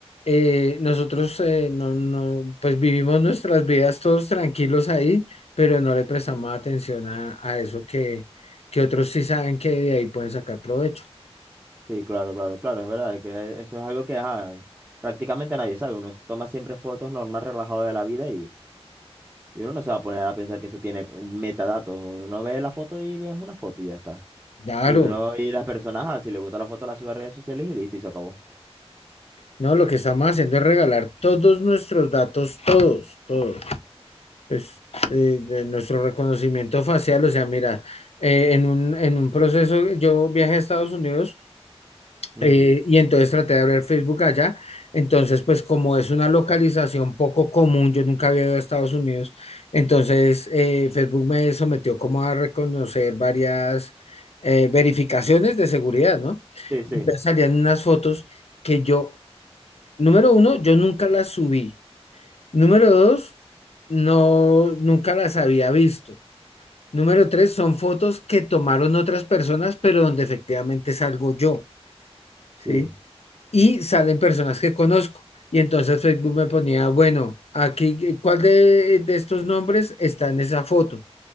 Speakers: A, on the left; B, on the right.
A: eh, nosotros eh, no, no, pues vivimos nuestras vidas todos tranquilos ahí, pero no le prestamos atención a, a eso que, que otros sí saben que de ahí pueden sacar provecho.
B: Sí, claro, claro, claro, es verdad, que e, eso es algo que ajá, prácticamente nadie sabe. Uno toma siempre fotos normal, relajado de la vida y, y uno no se va a poner a pensar que eso tiene metadatos. Uno ve la foto y ve una foto y ya está.
A: Claro,
B: Y uno y las personas, ajá, si le gusta la foto, la sube a redes sociales y listo, y se acabó.
A: no, lo que estamos haciendo es regalar todos nuestros datos, todos, todos. Pues eh, de nuestro reconocimiento facial, o sea, mira, eh, en un, en un proceso, yo viajé a Estados Unidos
B: Ujú.
A: Eh, y entonces traté de abrir Facebook allá. Entonces, pues como es una localización poco común, yo nunca había ido a Estados Unidos, entonces eh, Facebook me sometió como a reconocer varias eh, verificaciones de seguridad, ¿no?
B: Sí, sí,
A: Entonces salían unas fotos que yo, número uno, yo nunca las subí. Número dos, no, nunca las había visto. Número tres, son fotos que tomaron otras personas, pero donde efectivamente salgo yo.
B: sí.
A: ¿sí? y salen personas que conozco. Y entonces Facebook me ponía, bueno, aquí, ¿cuál de, de estos nombres está en esa foto?